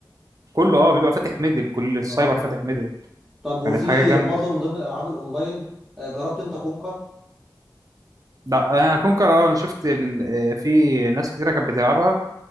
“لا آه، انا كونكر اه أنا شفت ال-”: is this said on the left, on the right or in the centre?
Right